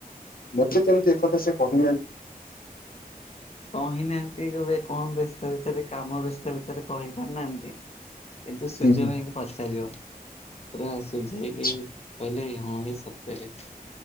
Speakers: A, on the left; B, on the left.
A: ମୋତେ କେମିତି ଏ କଥା ସେ କହି ନାହାନ୍ତି।
B: କହି ନାହାନ୍ତି କେବେ କଣ ବ୍ୟସ୍ତ ଭିତରେ କାମ ବ୍ୟସ୍ତ ଭିତରେ କହି ପାରିନାହାନ୍ତି। କିନ୍ତୁ, ସୂର୍ଯ୍ୟ
A: ହୁଁ ହୁଁ
B: ଭାଇଙ୍କୁ ପଚାରିବ। କହିଲା ସୂର୍ଯ୍ୟ ଭାଇ
A: ଆଚ୍ଛା
B: କି କହିଲେ ହଁ ହିଁ ସତରେ।